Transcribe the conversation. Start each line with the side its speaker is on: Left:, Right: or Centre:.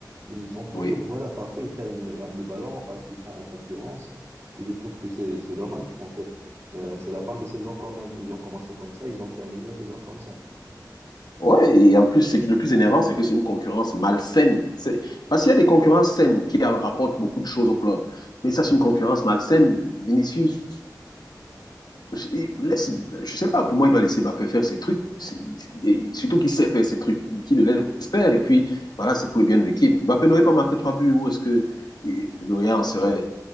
Right: Ils sont toujours,
Left: Oui.
Right: voilà, parfois ils perdent euh, le ballon parce qu'ils sont en concurrence. Et je trouve que c'est c'est dommage, en fait. Euh, c'est la fin de saison quand même. Ils ont commencé comme ça, ils ont terminé la saison comme ça.
Left: Ouais, et en plus, c'est que le plus énervant, c'est que c'est une concurrence malsaine. C'est... Parce qu'il y a des concurrences saines qui euh, rapportent beaucoup de choses au club. Mais ça, c'est une concurrence malsaine. Vinicius, il laisse, je sais pas, pour moi, il doit laisser Mbappé faire ses trucs. C'est- et surtout qu'il sait faire ses trucs, qu'il le laisse faire. Et puis, voilà, c'est pour le bien de l'équipe. Mbappé n'aurait pas marqué trois buts. Où est-ce que et le en serait?